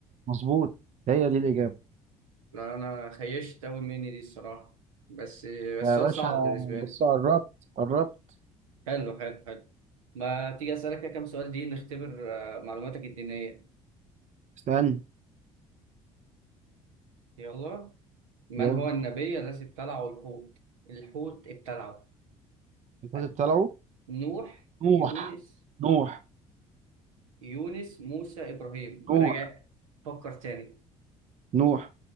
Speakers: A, on the right (about 40°); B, on the right (about 75°).
A: مظبوط هي دي الإجابة
B: لا أنا خيشت أوي مني دي الصراحة بس بس
A: يا
B: سؤال
A: باشا
B: صعب بالنسبة
A: بس
B: لي
A: قربت قربت
B: حلو حلو حلو ما تيجي أسألك كده كام سؤال دي نختبر آه، معلوماتك الدينية
A: استنى
B: يلا من
A: يلا
B: هو النبي الذي ابتلعه الحوت الحوت ابتلعه
A: الفاتت
B: أد-
A: طلعوا
B: نوح
A: نوح
B: يونس
A: نوح
B: يونس موسى إبراهيم
A: نوح
B: راجع فكر تاني
A: نوح